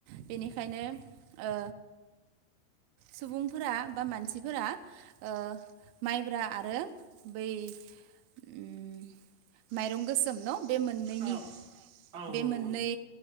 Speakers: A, on the right; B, on the right.
A: बेनिखायनो ओ सुबुंफोरा बा मानसिफोरा ओ माइब्रा आरो बै उ माइरं गोसोम न बे मोननैनि
B: औ औ
A: बे
B: औ
A: मोननै